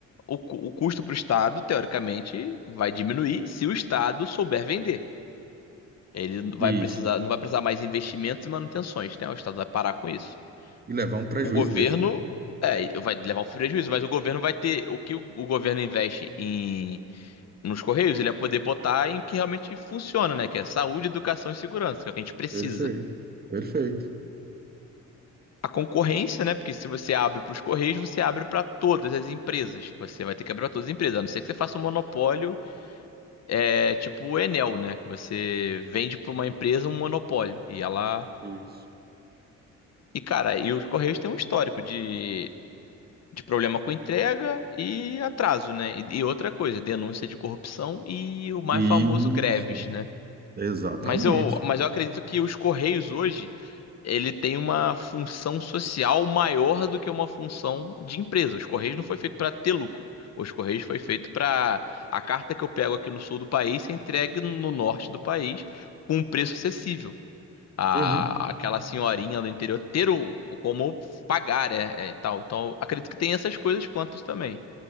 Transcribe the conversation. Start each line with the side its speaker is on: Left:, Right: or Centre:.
Left: O, cu- o custo para o Estado, teoricamente, vai diminuir se o Estado souber vender. Ele não vai
Right: isso.
Left: precisar, não vai precisar mais investimentos e manutenções, né? O Estado vai parar com isso.
Right: E levar um prejuízo
Left: O governo,
Right: desse, né?
Left: é, vai levar um prejuízo, mas o governo vai ter, o que o o governo investe em nos Correios, ele ia poder botar em que realmente funciona, né? Que é saúde, educação e segurança, que é o que a gente precisa.
Right: Perfeito, perfeito.
Left: A concorrência, né? Porque se você abre para os Correios, você abre para todas as empresas. Você vai ter que abrir para todas as empresas, a não ser que você faça um monopólio, é, tipo o Enel, né? Que você vende para uma empresa um monopólio e ela.
Right: Isso.
Left: E cara, e os Correios têm um histórico de, de problema com entrega e atraso, né? E, e outra coisa, denúncia de corrupção e o mais
Right: Isso,
Left: famoso greves, né?
Right: exatamente.
Left: Mas eu, mas eu acredito que os Correios hoje, ele tem uma função social maior do que uma função de empresa. Os Correios não foi feito para ter lucro. Os Correios foi feito para a carta que eu pego aqui no sul do país ser entregue no norte do país com um preço acessível. A,
Right: Uhum.
Left: aquela senhorinha do interior ter o, como pagar, é, é, e tal. Então, eu acredito que tem essas coisas quantas também.